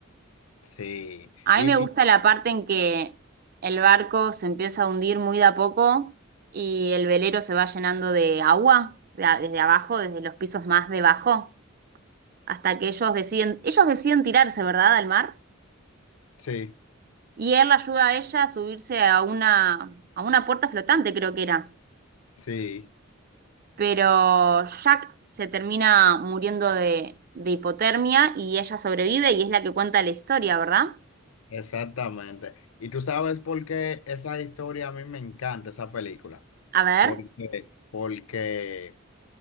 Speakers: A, on the left (about 90°); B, on the right (about 45°).
A: Sí,
B: A
A: y,
B: mí me gusta
A: y-
B: la parte en que el barco se empieza a hundir muy de a poco y el velero se va llenando de agua, de a- desde abajo, desde los pisos más debajo. hasta que ellos deciden, ellos deciden tirarse, ¿verdad?, al mar.
A: sí,
B: Y él la ayuda a ella a subirse a una, a una puerta flotante, creo que era.
A: sí.
B: Pero Jack se termina muriendo de, de hipotermia y ella sobrevive y es la que cuenta la historia, ¿verdad?
A: Exactamente. Y tú sabes por qué esa historia a mí me encanta, esa película.
B: A ver,
A: Porque, porque